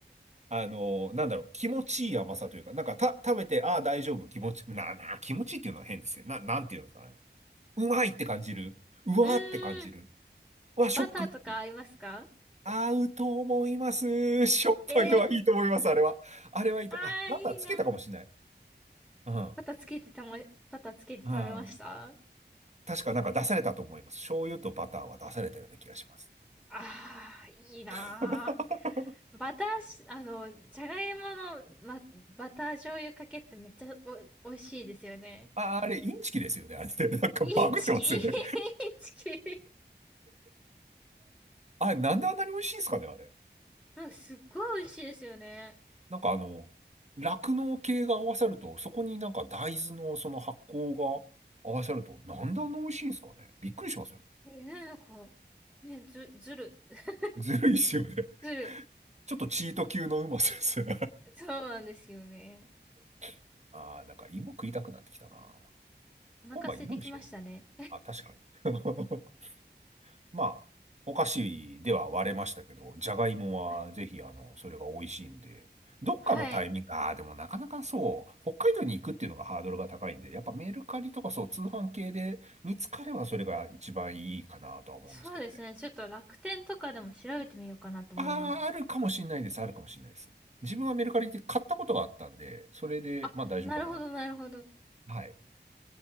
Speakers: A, on the right; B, in the centre.
A: あの、なんだろう、気持ちいい甘さというか、なんかた、食べて、ああ、大丈夫、気持ち、な、な、気持ちいいっていうのは変ですね。な、なんていうのかな。うまいって感じる。うわーって感じる。
B: うーん。
A: うわ、
B: え、バターとか合いますか
A: ショックっていう。合うと思います。しょっぱいのはいいと思います、
B: ええ
A: あれは。あれはいいと。
B: ー、ああ、
A: あ、バターつけたかもしれない。
B: いいな。
A: うん。
B: バターつけてたま、バターつけて食べましたあ
A: うん。確かなんか出されたと思います。醤油とバターは出されたような気がします。
B: あー、いいな
A: <laughs>
B: ー。バターし、あの、じゃがいもの、ま、バター醤油かけってめっちゃお、美味しいですよね。
A: あ、あれ、インチキですよね、あれって。なんかバグってますよね。
B: インチキ、インチキ。
A: あれ、なんであんなに美味しいんですかね、あれ。
B: なんかすっごい美味しいですよね。
A: なんかあの、酪農系が合わさると、そこになんか大豆のその発酵が合わさると、なんであんな美味しいんですかね。びっくりしますよね。
B: え、なんか、ね、ず、ずる、<laughs>
A: ずるいっすよね。<laughs>
B: ずる。
A: ちょっとチート級のうまさです。
B: そうなんですよね。
A: <laughs> ああ、なんか芋食いたくなってきたな。
B: お腹空いてきましたね。
A: 今晩芋にしよう。あ、確かに。<laughs> まあ、お菓子では割れましたけど、じゃがいもはぜひ、
B: <laughs>
A: あの、それが美味しいんで、どっかのタイミング、
B: はい。
A: ああ、でもなかなかそう、北海道に行くっていうのがハードルが高いんで、やっぱメルカリとかそう、通販系で見つかればそれが一番いいかなとは思うんですけどね。
B: そうですね。ちょっと楽天とかでも調べてみようかなと思います。
A: ああ、あるかもしれないです、あるかもしれないです。自分はメルカリで買ったことがあったんで、それで、
B: あ、
A: まあ大丈夫かな。
B: なるほど、なるほど。
A: はい。